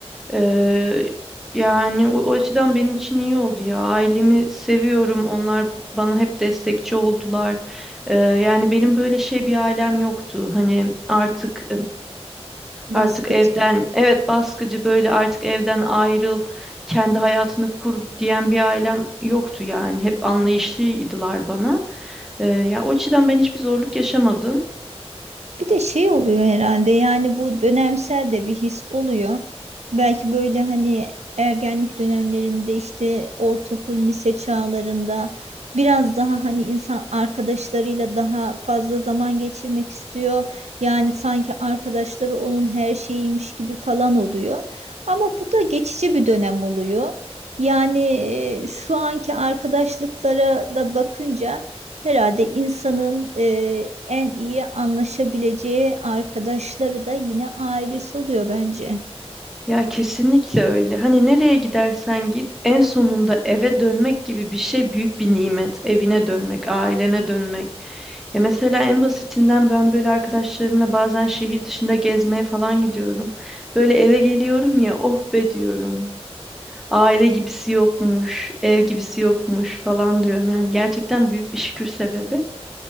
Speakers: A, in the centre; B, on the right (about 85°).
A: Ee, yani o, o açıdan benim için iyi oldu ya. Ailemi seviyorum. Onlar bana hep destekçi oldular. Ee, yani benim böyle şey bir ailem yoktu. Hani artık
B: baskı?
A: Artık evden, evet baskıcı böyle artık evden ayrıl, kendi hayatını kur diyen bir ailem yoktu yani. Hep anlayışlıydılar bana. Ee, ya o açıdan ben hiçbir zorluk yaşamadım.
B: Bir de şey oluyor herhalde yani bu dönemsel de bir his oluyor. Belki böyle hani ergenlik dönemlerinde işte ortaokul, lise çağlarında biraz daha hani insan arkadaşlarıyla daha fazla zaman geçirmek istiyor. Yani sanki arkadaşları onun her şeyiymiş gibi falan oluyor. Ama bu da geçici bir dönem oluyor. Yani e, şu anki arkadaşlıklara da bakınca Herhalde insanın e, en iyi anlaşabileceği arkadaşları da yine ailesi oluyor bence.
A: Ya kesinlikle öyle. Hani nereye gidersen git, en sonunda eve dönmek gibi bir şey büyük bir nimet. Evine dönmek, ailene dönmek. Ya mesela en basitinden ben böyle arkadaşlarımla bazen şehir dışında gezmeye falan gidiyorum. Böyle eve geliyorum ya, oh be diyorum. Aile gibisi yokmuş, ev gibisi yokmuş falan diyorum. Yani gerçekten büyük bir şükür sebebi.